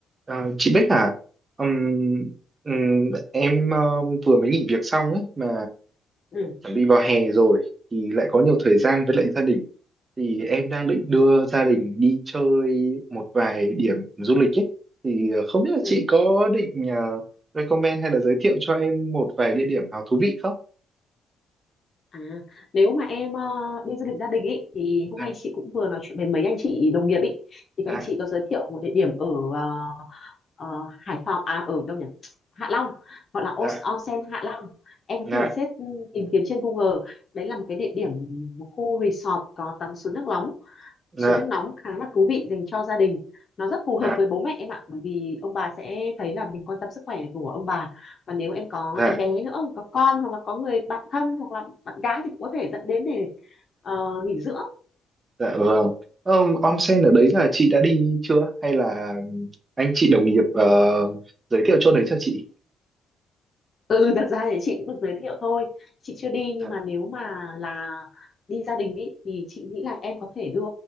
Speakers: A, on the right; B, on the left.
A: À, chị Bích à, Ừm, ừm, em ờ, vừa mới nghỉ việc xong ấy mà
B: ừ
A: chuẩn bị vào hè rồi thì lại có nhiều thời gian với lại gia đình thì em đang định đưa gia đình đi chơi một vài điểm du lịch ấy thì ờ, không biết là
B: ừ
A: chị có định ờ, recommend hay là giới thiệu cho em một vài địa điểm nào thú vị không?
B: à nếu mà em ờ, đi du lịch gia đình ý thì hôm
A: Dạ,
B: nay chị cũng vừa nói chuyện với mấy anh chị đồng nghiệp ý thì các
A: dạ,
B: anh chị có giới thiệu một địa điểm ở ờ, ờ, Hải Phòng à ở đâu nhỉ Hạ Long gọi là Os-
A: dạ,
B: onsen Hạ Long em có
A: dạ,
B: thể xếp ừ, tìm kiếm trên Google đấy là một cái địa điểm một khu resort có tắm suối nước nóng
A: dạ,
B: suối nước nóng khá là thú vị dành cho gia đình nó rất phù
A: dạ,
B: hợp với bố mẹ em ạ bởi vì ông bà sẽ thấy là mình quan tâm sức khỏe của ông bà và nếu em có
A: dạ,
B: em bé nữa có con hoặc là có người bạn thân hoặc là bạn gái thì cũng có thể dẫn đến để ờ, nghỉ dưỡng
A: dạ, vâng. Ờ, onsen ở đấy là chị đã đi chưa hay là anh chị đồng nghiệp ờ, giới thiệu chỗ đấy cho chị
B: ừ ừ, thật ra thì chị cũng được giới thiệu thôi chị chưa đi nhưng
A: dạ
B: mà nếu mà là đi gia đình ý, thì chị nghĩ là em có thể đưa